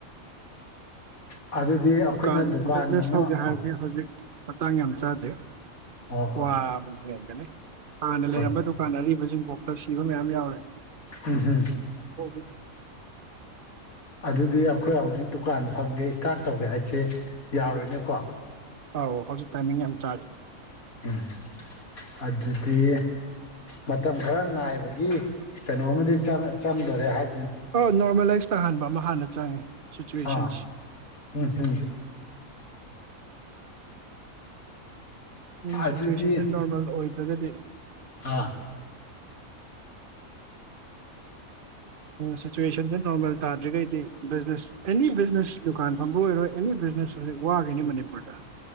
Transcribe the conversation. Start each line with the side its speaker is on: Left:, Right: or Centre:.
Left: ꯑꯗꯨꯗꯤ ꯑꯩꯈꯣꯏꯅ
Right: ꯗꯨꯀꯥꯟ ꯕꯤꯖꯤꯅꯦꯁ
Left: ꯑꯃ
Right: ꯍꯧꯒꯦ ꯍꯥꯏꯕꯗꯤ
Left: ꯑꯥ
Right: ꯍꯧꯖꯤꯛ ꯃꯇꯥꯡ ꯌꯥꯝ ꯆꯥꯗꯦ
Left: ꯑꯣ
Right: ꯋꯥ
Left: ꯑꯣ
Right: ꯑꯃ ꯍꯦꯟꯒꯅꯤ ꯍꯥꯟꯅ ꯂꯩꯔꯝꯕ
Left: ꯍꯣꯏ
Right: ꯗꯨꯀꯥꯟ ꯑꯔꯤꯕꯁꯤꯡꯕꯣꯛꯇ ꯁꯤꯕ ꯃꯌꯥꯝ ꯌꯥꯎꯔꯦ
Left: ꯎꯝ ꯍꯝ
Right: ꯀꯕꯤ
Left: ꯑꯗꯨꯗꯤ ꯑꯩꯈꯣꯏ ꯍꯧꯖꯤꯛ ꯗꯨꯀꯥꯟ ꯐꯝꯒꯦ ꯏꯁꯇꯥꯔꯠ ꯇꯧꯒꯦ ꯍꯥꯏꯁꯦ ꯌꯥꯔꯣꯏꯅꯦꯀꯣ
Right: ꯑꯧ ꯍꯧꯖꯤꯛ ꯇꯥꯏꯃꯤꯡ ꯌꯥꯝ ꯆꯥꯗ
Left: ꯎꯝ ꯑꯗꯨꯗꯤ ꯃꯇꯝ ꯈꯔ ꯉꯥꯏꯕꯒꯤ ꯀꯩꯅꯣꯝꯃ ꯆꯪꯗꯣꯔꯦ ꯍꯥꯏ
Right: ꯑ ꯅꯣꯔꯃꯦꯂꯥꯏꯁ ꯇꯥꯍꯟꯕ ꯑꯃ ꯍꯥꯟꯅ ꯆꯪꯉꯦ ꯁꯤꯆꯨꯋꯦꯁꯟꯁꯦ
Left: ꯑꯥ ꯎꯝ ꯍꯝ
Right: ꯎꯝ
Left: ꯑꯗꯨꯗꯤ
Right: ꯁꯤꯆꯨꯋꯦꯁꯟꯁꯦ ꯅꯣꯔꯃꯦꯜ ꯑꯣꯏꯗ꯭ꯔꯒꯗꯤ
Left: ꯑꯥ
Right: ꯁꯤꯆꯨꯋꯌꯦꯁꯟ ꯅꯣꯜ ꯇꯥꯗ꯭ꯔꯤꯩꯗꯤ ꯕꯤꯖꯤꯅꯦ ꯑꯦꯅꯤ ꯕꯤꯖꯤꯅꯦꯁ ꯗꯨꯀꯥꯟ ꯐꯝꯕ ꯑꯣꯏꯔꯣꯏ ꯑꯦꯅꯤ ꯕꯤꯖꯤꯅꯦꯁ ꯍꯧꯖꯤꯛ ꯋꯥꯒꯅꯤ ꯃꯅꯤꯄꯨꯔꯗ